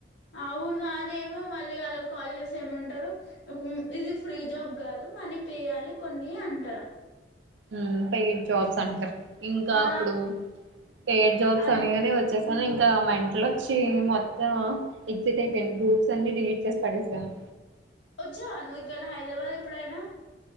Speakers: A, on the left (about 75°); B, on the right (about 80°).
A: అవును అదేమో మళ్ళీ వాళ్ళ కాల్ చేస్తే ఏమంటారు ఒక ఇది ఫ్రీ జాబ్ కాదు మనీ పే చేయాలి కొన్ని అంటార్
B: ఉమ్ పెయిడ్ జాబ్స్ అంటారు ఇంకా
A: ఆ
B: అప్పుడు పెయిడ్ జాబ్స్
A: అ
B: అనగానే వచ్చేసాను ఇంక్ గ మెంట్లో వచ్చి మొత్తం ఎగ్జిట్ అయిపోయింది గ్రూప్స్ అన్ని డిలీట్ చేసి పడేసాను
A: వచ్చావ నువ్వు ఇక్కడ హైదరాబాద్ ఎప్పుడైనా